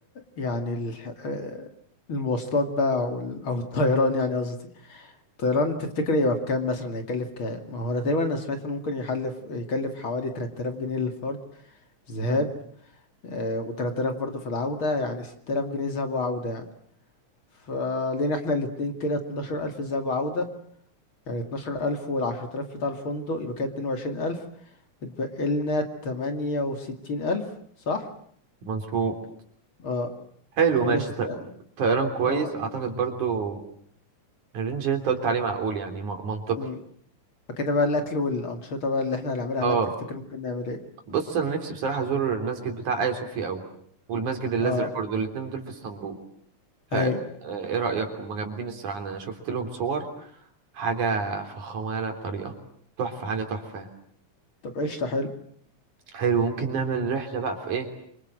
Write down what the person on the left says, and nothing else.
يعني للح- آه، المواصلات بقى او ال- أو الطيران يعني قصدي طيران تفتكر يبقى بكام مثلا هيكلف كام ما هو انا تقريبا انا سمعت انه ممكن يحلف يكلف حوالي 3000 جنيه للفرد ذهاب
آه و3000 برضه في العودة يعني 6000 جنيه ذهاب وعودة يعني فلينا احنا الاتنين كده 12000 ذهاب وعودة يعني 12000 وال10000 بتاع الفندق يبقى كده 22000 بتبقى لنا 68000 صح
اه
68
اه
امم فكده بقى الاكل والانشطة بقى اللي احنا هنعملها
هناك تفتكر ممكن نعمل ايه
اه
اي
طب قشطة حلو